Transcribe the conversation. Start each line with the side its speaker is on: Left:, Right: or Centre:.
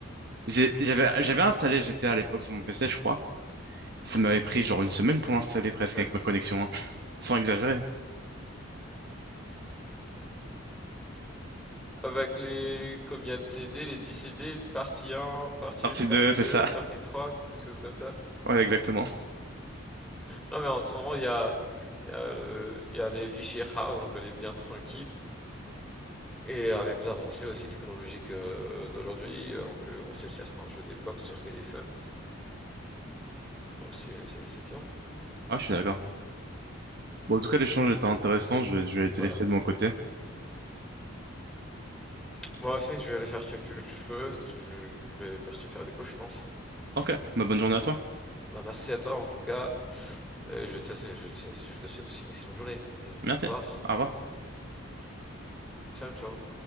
Right: J'ai- J'avais, j'avais installé GTA à l'époque sur mon PC, je crois. Ça m'avait pris genre une semaine pour l'installer presque
Centre: ouais.
Right: avec ma connexion, hein. <laughs> Sans exagérer.
Centre: Avec les combien de CD, les 10 CD, partie 1, partie
Right: Partie
Centre: 1, partie
Right: 2, c'est
Centre: 2,
Right: ça.
Centre: partie
Right: <laughs>
Centre: 3, quelque chose comme ça.
Right: Ouais, exactement.
Centre: Non mais en ce moment il y a, il y a le, il y a les fichiers rares, donc on est bien tranquille. Et avec l'avancée aussi technologique euh, d'aujourd'hui, euh, on peut lancer certains jeux d'époque sur téléphone. Donc c'est, c'est, bien.
Right: Ouais, je suis d'accord. Bon, en tout cas, l'échange était intéressant. Je vais, je vais te
Centre: Voilà.
Right: laisser de mon côté.
Centre: Moi aussi, je vais aller faire quelque chose. Je vais partir faire des cours, je pense.
Right: Ok, bah, bonne journée à toi.
Centre: Bah, merci à toi en tout cas. Euh, je te je te je te souhaite aussi une excellente journée. Allez,
Right: Merci.
Centre: au revoir.
Right: Au revoir.
Centre: Ciao, ciao.